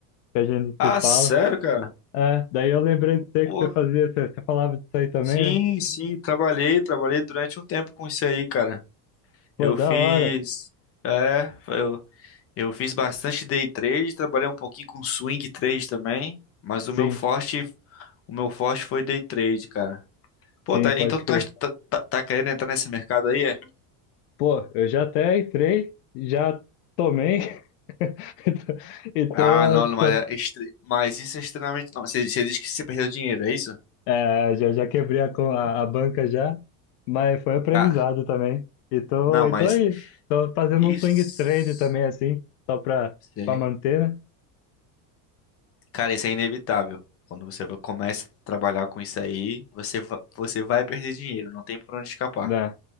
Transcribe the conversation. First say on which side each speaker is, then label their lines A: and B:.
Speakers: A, on the left (about 75°); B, on the left (about 30°).
A: que a gente
B: Ah,
A: se fala.
B: sério, cara?
A: É, daí eu lembrei de você
B: Pô,
A: que você fazia, você, você falava disso aí também,
B: sim,
A: né?
B: sim, trabalhei, trabalhei durante um tempo com isso aí, cara.
A: Pô,
B: Eu
A: da
B: fiz,
A: hora.
B: é, eu, eu fiz bastante day trade, trabalhei um pouquinho com swing trade também, mas o
A: Sim,
B: meu forte, o meu forte foi day trade, cara. Pô,
A: sim,
B: tá-
A: pode
B: então tu
A: crer.
B: tá, tá, tá- tá querendo entrar nesse mercado aí, é?
A: Pô, eu já até entrei, já tomei <laughs> e tô, e tô,
B: Ah, não, não, mas, é
A: tô-
B: extre- mas isso é extremamente... Não, você, você diz que você perdeu dinheiro, é isso?
A: é, já, já quebrei a, co- a, a banca já, mas foi aprendizado
B: Ah,
A: também. E tô,
B: não,
A: e
B: mas
A: tô aí, tô fazendo
B: isso...
A: um swing trade também assim, só pra,
B: Sim.
A: pra manter, né?
B: Cara, isso é inevitável. Quando você vai- começa a trabalhar com isso aí, você, va- você vai perder dinheiro, não tem por onde escapar.
A: Né?